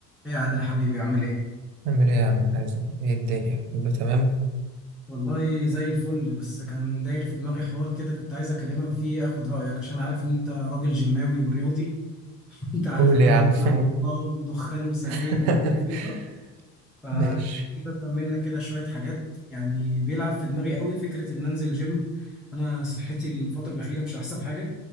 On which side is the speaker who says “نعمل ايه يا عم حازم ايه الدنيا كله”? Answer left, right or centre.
Right